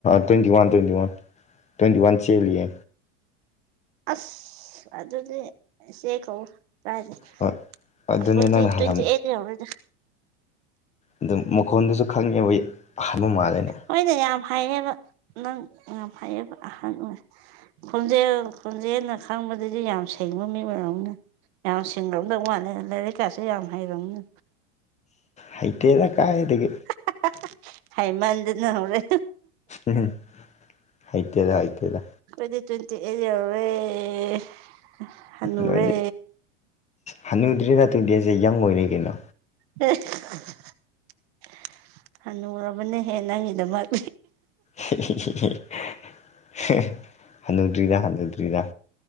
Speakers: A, on the left; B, on the right.
A: twenty one twenty one twenty ꯆꯦꯜꯂꯤꯌꯦ
B: ꯑꯁ ꯑꯗꯨꯗꯤ ꯏꯆꯦ ꯀꯧ <unintelligible> ꯑꯩꯈꯣꯏꯗꯤ
A: ꯍꯣꯏ ꯑꯗꯨꯅꯦ ꯅꯪꯅ ꯍꯜꯂꯝ
B: ꯇ꯭ꯋꯤꯟ ꯏꯥ꯭ꯖꯍꯇ ꯌꯧꯔꯦꯗ
A: ꯑꯗꯨꯝ ꯃꯈꯣꯟꯗꯨꯁꯨ ꯈꯪꯉꯦꯕ ꯑꯩ ꯑꯍꯥꯜ ꯃꯥꯜꯂꯦꯕ
B: ꯍꯣꯏꯅꯦ ꯌꯥꯝ ꯍꯥꯏꯌꯦꯕ ꯅꯪ ꯌꯥꯝ ꯍꯥꯏꯌꯦꯕ <unintelligible> ꯈꯣꯟꯖꯦꯜ ꯈꯣꯟꯖꯦꯜꯟꯅ ꯈꯪꯕꯗꯨꯗꯤ ꯌꯥꯝ ꯁꯦꯡꯕ ꯃꯤ ꯑꯣꯏꯔꯝꯒꯅꯤ ꯌꯥꯝ ꯁꯤꯡꯔꯧꯗꯧ ꯃꯥꯜꯂꯦ ꯂꯥꯏꯔꯤꯛ ꯀꯥꯁꯦ ꯌꯥꯝ ꯍꯩꯔꯝꯅꯤ
A: ꯍꯩꯇꯦꯗ ꯀꯥꯏꯗꯒꯤ
B: <unintelligible> ꯍꯧꯔꯦ
A: ꯎꯝ ꯍꯩꯇꯦꯗ ꯍꯥꯇꯦꯗ
B: ꯑꯩꯗꯤ ꯇ꯭ꯋꯦꯟꯇꯤ ꯏꯥ꯭ꯖꯍꯇ ꯌꯧꯔꯦ ꯍꯅꯨꯔꯦ
A: ꯅꯣꯏꯗꯤ ꯍꯅꯨꯗ꯭ꯔꯤꯗ ꯇ꯭ꯋꯤꯟꯇꯤ ꯏꯥ꯭ꯖꯍꯇ ꯁꯦ ꯌꯪ ꯑꯣꯏꯔꯤ ꯀꯩꯅꯣ
B: <unintelligible> ꯍꯅꯨꯔꯕꯅꯍꯦ ꯅꯪꯒꯤꯗꯃꯛ
A: <unintelligible> ꯍꯜꯅꯨꯗ꯭ꯔꯤꯗ ꯍꯜꯊꯗ꯭ꯔꯤꯗ